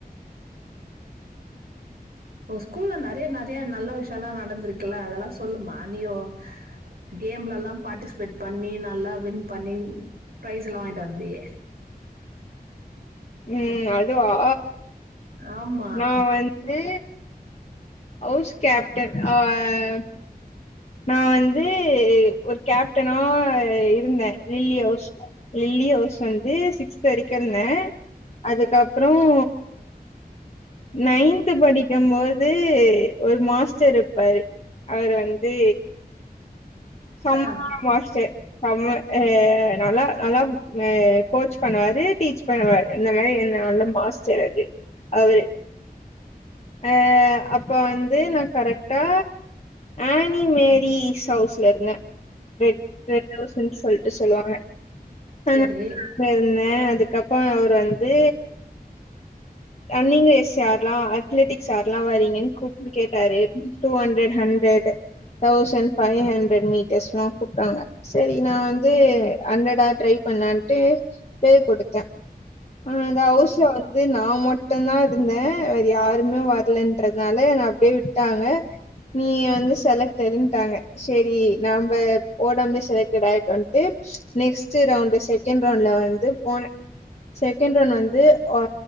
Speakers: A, on the right (about 75°); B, on the left (about 40°).
A: ஒ ஸ்கூல்ல நெறய நெறய நல்லா விஷ்யலா நடந்திருக்குல்ல அதெல்லா சொல்லுமா, நீயோ கேம்லல்லா பார்ட்டிசிபேட் பண்ணி நல்லா வின் பண்ணி பிரைஸ் எல்லா வாங்கிட்டு வந்தியே
B: உம் அதுவா
A: ஆமா
B: நா வந்து ஹவுஸ் கேப்டன் ஆஹ் நான் வந்து ஒரு கேப்டனா இரு இருந்தேன். லில்லி ஹவுஸ் லில்லி ஹவுஸ் வந்து சிக்ஸ்த் வரைக்கும் இருந்தேன் அதுக்கப்றம். நைன்த் படிக் க்கும் போது ஒரு மாஸ் டர் இருப்பாரு அவரு வந்து சம்ஹார
A: ஆ
B: மாஸ்டர் சம் ம் ஹேஹ் ஹ். நல்லா நல்லா ஆஹ் கோச் பண்ணுவாரு டீச் பண்ணுவாரு இந்த மாரி நல்ல மாஸ் சிலது அவரு அஹ் அப்ப வந்து நான் கரெக்டா ஆனி மேரி சவுஸ் ல இருந்தேன் ரெட் ஹவுஸ்னு சொல்ட்டு சொல்லுவாங்க <unintelligible> அத
A: சரி
B: இருந்தேன் அதுக்கு க்கப்பம் அவர் வந்து ரன்னிங் ரேஸ் யார்லாம் அத்லெட்டிக்ஸ் யார்லாம் வரீங்கன்னு கூப்ட்டு கேட்டாரு two hundred hundred thousand five hundred metres எல்லாம் கூப்ட்டாங்க சரி நான் வந்து ஹண்ட்ரடா ட்ரை பண்ணலான்ட்டு பேர் கொடுத்தேன் ஆஹ் அந்த ஹவுசில
A: ச-
B: வந்து நா மட் மட்டுந் தான் இருந்தேன் வேற யாருமே வர்லன்றதுனால என்ன அப்டியே விட்டாங்க. நீ வந்து செலக்டடுன்டாங்க சேரி நம்ப ஓடாமலே செலக்டட் ஆய்ட்டோன்ட்டு நெக்ஸ்ட்டு ரவுண்டு செக்கேன்ட் ரவுண்ட்ல வந்து போனேன் செக்கேன்ட் ரவுண்ட்ல வந்து அ